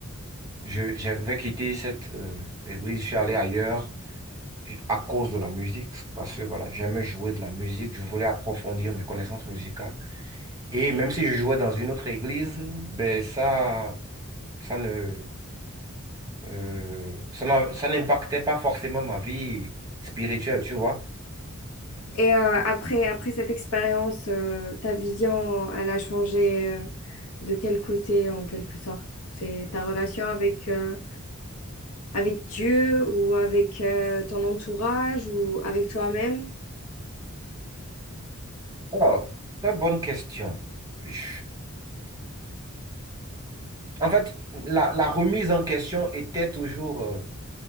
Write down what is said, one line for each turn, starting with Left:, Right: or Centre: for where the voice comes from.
Right: je, j'avais quitté cette euh, église, je suis allé ailleurs à cause de la musique, parce que voilà, j'aimais jouer de la musique, je voulais approfondir mes connaissances musicales. Et même si je jouais dans une autre église, ben ça, ça ne, euh, ça n'a- ça n'impactait pas forcément ma vie spirituelle, tu vois.
Left: Et euh, après, après cette expérience, euh, ta vision, elle a changé euh, de quel côté en quelque sorte? C'est ta relation avec, euh, avec Dieu ou avec euh, ton entourage ou avec toi-même?
Right: Alors, très bonne question. Je- En fait, la, la remise en question était toujours, euh,